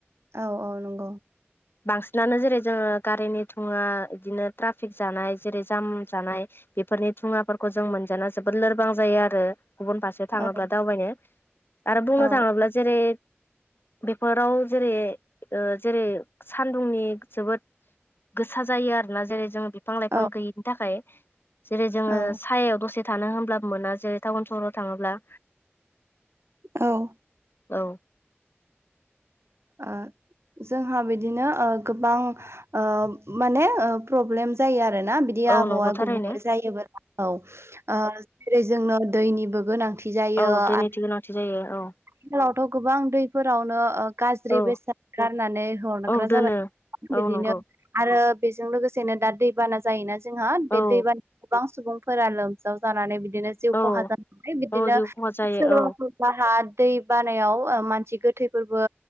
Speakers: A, on the right; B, on the left.
A: औ औ नंगौ।
B: बांसिनानो जेरै जोङो गारिनि थुङा इदिनो ट्राफिक जानाय जेरै जाम जानाय बेफोरनि थुङाफोरखौ जों मोनजाना जोबोद लोरबां जायो आरो गुबुन फारसे थाङोबा
A: औ
B: दावबायनो आरो बुंनो
A: औ
B: थाङोब्ला जेरै बेफोराव जेरै ओ जेरै सान्दुंनि जोबोद गोसा जायो आरोना जेरै जोङो बिफां लाइफां
A: औ
B: गैयैनि थाखाय जेरै जोङो
A: औ
B: सायायाव दसे थानो होनब्लाबो मोना जेरै टाउन सहराव थाङोब्ला
A: औ
B: औ <inaudible>
A: ओ जोंहा बिदिनो ओ गोबां ओ माने प्रब्लेम जायो आरोना बिद दि
B: औ
A: आबहावा
B: नंगौ थारैनो
A: गुबुंले जायोबा औ ओ जेरै जोंनो दैनिबो गोनांथि जायो
B: औ दैनि
A: आ
B: थि गोनांथि जायो औ
A: आथिखालावथ' गोबां दै फोरावनो ओ गाज्रि
B: औ
A: बेसाद गारनानै हरग्रा
B: औ दोनो
A: जाबाय बिदिनो
B: औ नंगौ
A: आरो बेजों लोगोसेनो दा दैबाना जायोना जोंहा बे
B: औ
A: दैबाना गोबां सुबुंफोरा लोमजाव जानानै बिदिनो जिउ
B: औ
A: खहा जानानै बिदिनो
B: औ जिउ खहा जायो
A: सोरबाफोर
B: औ
A: साहा दै बानायाव ओ मानसि गोथैफोरबो